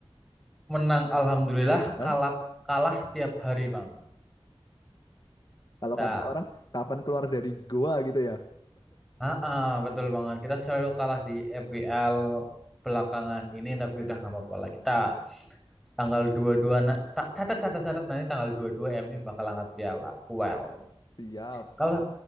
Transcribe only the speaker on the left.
Ya,
kalau
kata orang, kapan keluar dari goa gitu ya?
Siap.